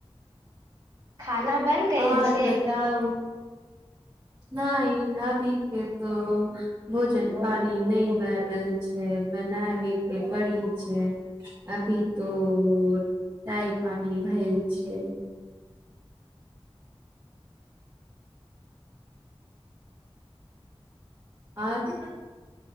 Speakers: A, on the right; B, on the right.
A: खाना बन गेल
B: और
A: छै
B: बताऊ। नहि अभी के तो भोजन पानि नहि बनल छै बनाबै के पड़ी छै अभी तो टााय पानी भेल छै। आर